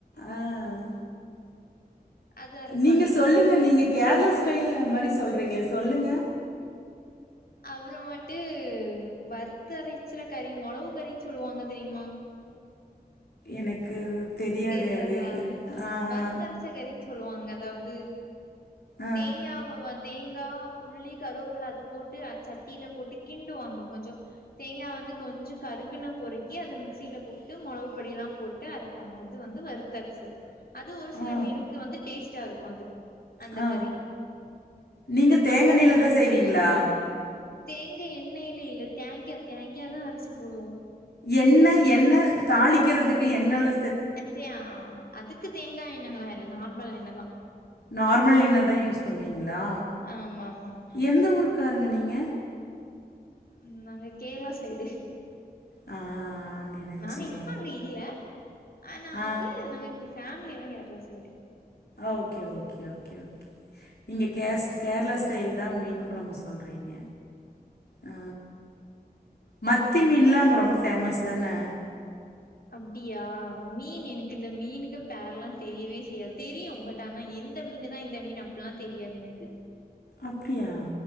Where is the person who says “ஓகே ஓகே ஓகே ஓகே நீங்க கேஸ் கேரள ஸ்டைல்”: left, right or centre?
Left